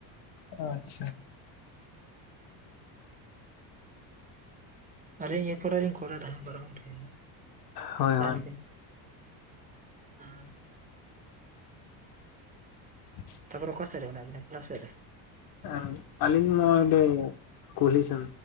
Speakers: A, on the left; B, on the right.
A: ᱟᱪᱪᱷᱟ
B: ᱟᱹᱞᱤᱧ ᱮ ᱯᱚᱨᱮ ᱞᱤᱧ ᱠᱚᱞ ᱮᱫᱟ ᱵᱟᱨᱟᱝᱠᱮ
A: ᱦᱳᱭ
B: ᱛᱟᱦᱮᱱ
A: ᱦᱳᱭ
B: ᱵᱤᱱ <inaudible>
A: <inaudible>
B: ᱛᱟᱨᱯᱚᱨ ᱠᱚᱠᱟ ᱥᱮᱫᱽ ᱨᱮ ᱢᱮᱱᱟᱜ ᱵᱱᱟ ᱮᱠᱞᱟ ᱥᱮᱫᱽ ᱨᱮ
A: <unintelligible> ᱟᱹᱞᱤᱧ ᱱᱚᱣᱚᱭ ᱱᱚᱰᱮ ᱠᱩᱞᱦᱤ ᱥᱮᱱ